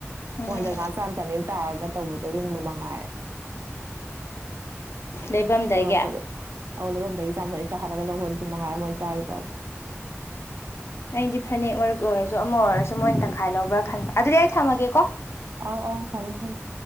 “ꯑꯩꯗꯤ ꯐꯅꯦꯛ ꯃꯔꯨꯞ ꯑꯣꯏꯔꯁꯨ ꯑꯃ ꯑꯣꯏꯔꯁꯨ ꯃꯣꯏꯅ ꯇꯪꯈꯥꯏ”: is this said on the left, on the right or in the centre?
Left